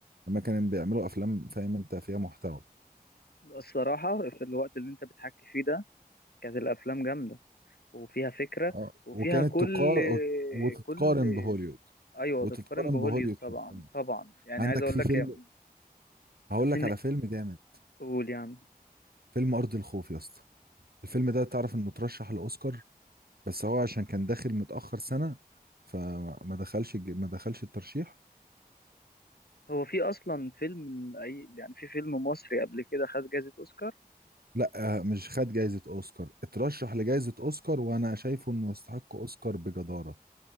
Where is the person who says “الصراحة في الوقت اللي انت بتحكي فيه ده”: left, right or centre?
Left